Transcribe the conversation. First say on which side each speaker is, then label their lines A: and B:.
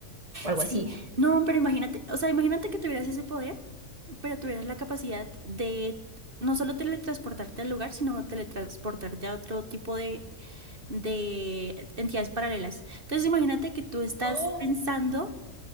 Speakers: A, on the right; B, on the right.
A: o algo
B: sí,
A: así?
B: no, pero imagínate, o sea, imagínate que tuvieras ese poder, pero tuvieras la capacidad de no solo teletransportarte al lugar, sino teletransportarte a otro tipo de de entidades paralelas. Entonces, imagínate que tú estás
A: Oh.
B: pensando